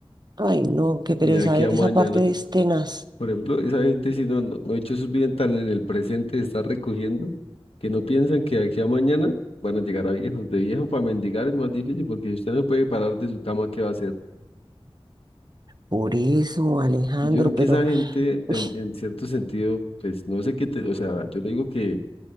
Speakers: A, on the right (about 45°); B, on the left (about 75°).
A: Ay, no, qué pereza,
B: y de aquí
A: esa
B: a mañana.
A: parte es tenaz.
B: Por ejemplo, esa gente si no, no, de hecho, sus viven tan en el presente, está recogiendo, que no piensan que de aquí a mañana van a llegar a viejos. De viejo para mendigar es más difícil porque si usted no puede parar de su cama, ¿qué va a hacer?
A: Por eso, Alejandro,
B: Y yo creo que
A: pero
B: esa gente,
A: uy,
B: en, en cierto sentido, pues no sé qué te, o sea, yo no digo que,